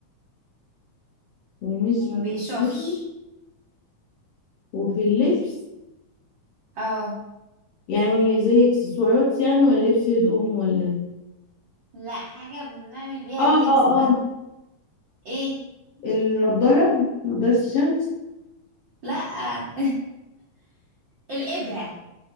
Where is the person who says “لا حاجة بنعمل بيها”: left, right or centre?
Right